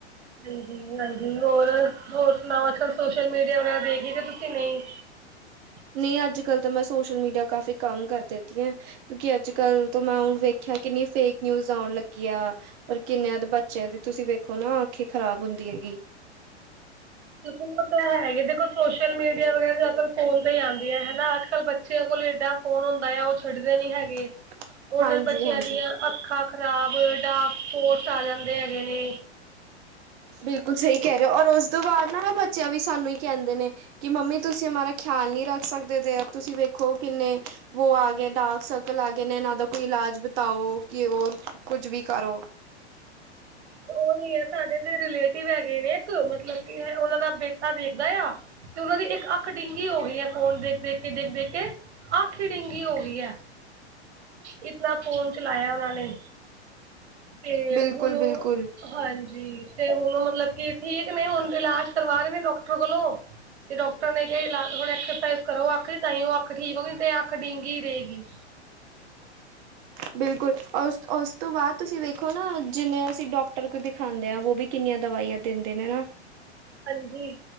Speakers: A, on the right; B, on the right.
A: ਹਾਂਜੀ-ਹਾਂਜੀ ਹੋਰ-ਹੋਰ ਸੁਣਾਓ ਅੱਜ-ਕੱਲ ਸੋਸ਼ਲ ਮੀਡੀਆ ਵਗੈਰਾ ਦੇਖੀ <unintelligible> ਤੁਸੀਂ ਨਈ?
B: ਨਈ ਅੱਜ-ਕੱਲ ਤਾਂ ਮੈਂ ਸੋਸ਼ਲ-ਮੀਡੀਆ ਕਾਫੀ ਕਮ ਕਰ ਦਿੱਤੀ ਐ ਕਿਉਂਕੀ ਅੱਜ-ਕੱਲ੍ਹ ਤੋਂ ਮੈਂ ਹੁਣ ਵੇਖਿਆ ਕਿੰਨੀ ਫੇਕ-ਨਿਊਜ਼ ਓਣ ਲੱਗੀ ਆ। ਓਰ ਕਿੰਨੇ ਆ ਦੇ ਬੱਚਿਆਂ ਦੀ ਤੁਸੀਂ ਵੇਖੋ ਨਾ ਅੱਖੀ ਖ਼ਰਾਬ ਹੁੰਦੀ ਹੈਗੀ।
A: ਦੇਖੋ ਓ ਤਾਂ ਹੈਗੇ ਦੇਖੋ ਸੋਸ਼ਲ-ਮੀਡੀਆ ਵਗੈਰਾ <unintelligible> ਫੋਨ ਤੇ ਈ ਆਂਦੀ ਐ ਹੈਨਾ ਅੱਜ-ਕੱਲ੍ਹ ਬੱਚਿਆਂ ਕੋਲ ਏਡਾ ਫੋਨ ਹੁੰਦਾ ਆ ਓ ਛੱਡਦੇ ਨੀ ਹੇਗੈ।
B: <inaudible>
A: ਓ ਨਾਲ ਬੱਚਿਆਂ
B: ਹਾਂਜੀ
A: ਦੀਆਂ ਅੱਖਾਂ ਖ਼ਰਾਬ ਡਾਰਕ ਸਪੋਟਸ ਆ ਜਾਂਦੇ ਹੈਗੇ ਨੇ।
B: ਬਿਲਕੁੱਲ ਸਈ ਕੈ ਰੇ ਓ ਔਰ ਓਸ ਤੋਂ ਬਾਦ ਨਾ ਬੱਚਿਆਂ ਵੀ ਸਾਨੂੰ ਈ ਕੈਂਦੇ ਨੇ ਕੀ ਮੰਮੀ ਤੁਸੀਂ ਅਮਾਰਾ ਖਿਆਲ ਨੀ ਰੱਖ ਸਕਦੇ ਤੇ ਅਬ ਤੁਸੀ ਵੇਖੋ ਕਿੰਨੇ ਵੋ ਆ ਗਏ ਡਾਰਕ ਸਰਕਲ ਆ ਗਏ ਨੇ ਏਨ੍ਹਾ ਦਾ ਕੋਈ ਇਲਾਜ ਬਤਾਓ ਕੀ ਓਰ ਕੁੱਝ ਵੀ ਕਰੋ
A: ਓਹੀ ਐ ਸਾਡੇ ਤੇ ਰਿਲੇਟਿਵ ਹੈਗੇ ਨੇ ਇੱਕ ਮਤਲਬ ਕੀ ਹੈ ਉਨਾਂ ਦਾ ਬੇਟਾ ਵੇਖਦਾ ਆ ਤੇ ਉਨਾਂ ਦੀ ਇੱਕ ਅੱਖ ਡਿੰਗੀ ਹੋ ਗਈ ਐ ਫੋਨ ਦੇਖ-ਦੇਖ ਕੇ ਦੇਖ-ਦੇਖ ਕੇ ਅੱਖ ਈ ਡਿੰਗੀ ਹੋ ਗਈ ਐ। ਇਤਨਾ ਫੋਨ ਚਲਾਇਆ ਉਨਾਂ ਨੇ ਤੇ
B: ਬਿਲਕੁਲ
A: ਹੁਣ ਓ
B: ਬਿਲਕੁਲ
A: ਹਾਂਜੀ ਤੇ ਹੁਣ ਮਤਲਵ ਕੀ ਠੀਕ ਨੇ ਹੁਣ ਇਲਾਜ ਕਰਵਾ ਰੇ ਨੇ ਡਾਕਟਰ ਕੋਲੋਂ ਤੇ ਡੋਕਟਰ ਨੇ <unintelligible> ਹੁਣ ਐਕਸਰਸਾਈਜ਼ ਕਰੋ ਅੱਖ ਤਾਂ ਹੀ ਕ ਅੱਖ ਠੀਕ ਹੋਗੀ ਤੇ ਅੱਖ ਡੀਂਗੀ ਰਏਗੀ।
B: ਬਿਲਕੁੱਲ ਓਰ ਉਸ ਓਸ ਤੋਂ ਬਾਦ ਤੁਸੀਂ ਵੇਖੋ ਨਾ ਜਿੰਨੇ ਅਸੀਂ ਡੋਕਟਰ ਕੋ ਦਿਖਾਂਦੇ ਆ ਵੋ ਵੀ ਕਿੰਨੀਆਂ ਦਵਾਈਆਂ ਦਿੰਦੇ ਨੇ ਨਾ।
A: ਹਾਂਜੀ।